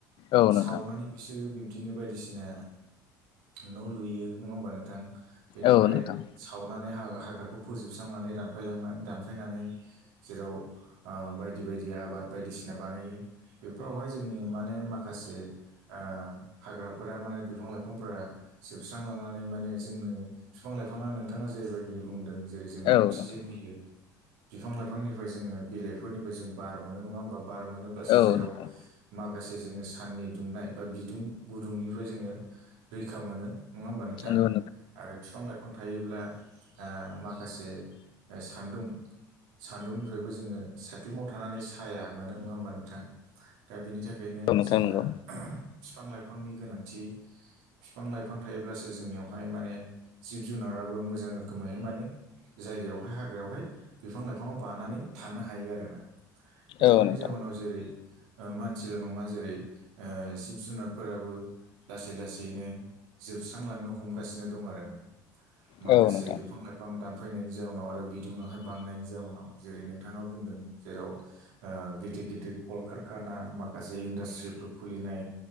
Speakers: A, on the left; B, on the right.
A: औ नोंथां
B: सावनानै बिसोरो बिबदिनो बायदिसिना न' लुयो नंङा होमबा नोंथां बेनिफ्राय
A: औ नोंथां
B: सावनानै हाग्राखौ फोजोबस्रांनानै दानफायलांनानै दानफायनानै जेराव आ बायदि बायदि आबाद बायदिसिना बानायो बेफोरावहाय जोंनि माने माखासे ओ हाग्राफोरा माने बिफां लाइफांफोरा जोबस्रांलांनानै माने जोंनो बिफां लाइफाङा नोंथांङा जेरैबायदि बुंदों। जेरै जोंनो
A: औ
B: अक्सिजेन
A: नोंथां
B: होयो बिफां लाइफांनिफ्राय जोंङो बिलाइफोरनिफ्राय जों बार मोनो नंङा होमबा बार मोनोब्लासो
A: औ
B: जेराव
A: नोंथां
B: माखासे जोंङो साननि दुंनाय बा बिदुं गुदुंनिफ्राय जोंङो रैखा मोनो नंङा होमबा नोंथां
A: नंगौ
B: आरो बिफां लाइफां बिफां थायोब्ला ओ माखासे सानदुं सानदुंनिफ्रायबो जोंङो साइख्लुमाव थानानै साया मोनो नंङा होमबा नोंथां दा बेनि थाखाय बेखायनो
A: नोंथां
B: जोंहा
A: नंगौ
B: बिफां लाइफांनि गोनांथि बिफां लाइफां थायोब्लासो जोंनियावहाय माने जिब जुनाराबो मोजां रोखोमैहाय माने जायगायावहाय हाग्रायावहाय बिफां लाइफाङाव बानानै थानो हायो आरो बेफोरनि
A: औ नोंथां
B: जाउनाव जेरै मानसिल' नंङा जेरै ओ जिब जुनारफोराबो लासै लासैनो जोबस्रांलांनो हमगासिनो दं आरोना माखासे
A: नंगौ औ नोंथां औ नोंथां
B: बिफां लाइफां बिफां दानफैनायनि जाउनाव आरो बिदुुंयाहाय बांनायनि जाउनाव जेरै नोंथांङा बुंदों जेराव ओ गिदिर गिदिर कल कारखाना माखासे इन्डास्ट्रिफोर खुलिनाय